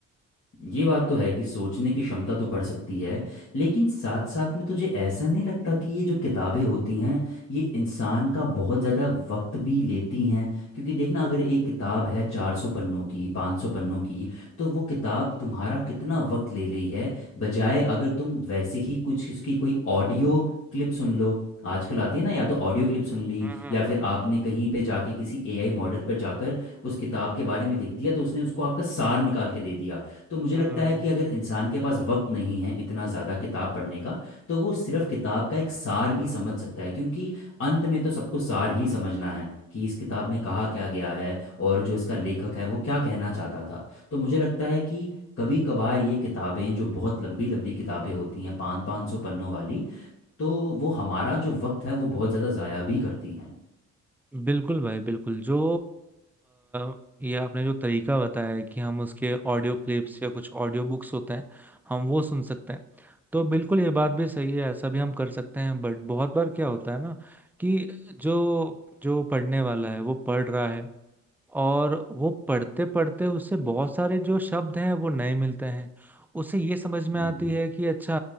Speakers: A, on the left; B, in the centre.
A: ये बात तो है कि सोचने की क्षमता तो बढ़ सकती है लेकिन साथ साथ में तुझे ऐसा नहीं लगता कि ये जो किताबें होती हैं ये इंसान का बहुत ज़्यादा वक्त भी लेती हैं क्योंकि देखना अगर एक किताब है चार सौ पन्नों की पाँच सौ पन्नों की तो वो किताब तुम्हारा कितना वक्त ले रही है बजाय अगर तुम वैसे ही कुछ इसकी कोई ऑडियो क्लिप सुन लो आजकल आती है ना या तो ऑडियो क्लिप सुन ली
B: हम्म
A: या फिर
B: हम्म
A: आपने कहीं पे जाके किसी एआई मॉडल पर जाकर उस किताब के बारे में लिख दिया तो उसने उसको आपका सार निकाल के दे दिया तो मुझे
B: हम्म,
A: लगता है कि अगर इंसान के पास वक्त नहीं है इतना ज़्यादा किताब पढ़ने का तो वो सिर्फ किताब का एक सार भी समझ सकता है क्योंकि अंत में तो सबको सार ही समझना है कि इस किताब में कहा क्या गया है और जो इसका लेखक है वो क्या कहना चाहता था तो मुझे लगता है कि कभी कभार ये किताबें जो बहुत लंबी लंबी किताबें होती हैं पाँच पाँच सौ पन्नों वाली तो वो हमारा जो वक्त है वो बहुत ज़्यादा ज़ाया भी करती हैं
B: बिल्कुल भाई बिल्कुल जो अ, ये आपने जो तरीका बताया है कि हम उसके ऑडियो क्लिप्स या कुछ ऑडियो बुक्स होते हैं हम वो सुन सकते हैं तो बिल्कुल ये बात भी सही है ऐसा भी हम कर सकते हैं बट बहुत बार क्या होता है ना कि जो जो पढ़ने वाला है वो पढ़ रहा है और वो पढ़ते पढ़ते उसे बहुत सारे जो शब्द हैं वो नए मिलते हैं उसे ये समझ में
A: हम्म
B: आती है कि अच्छा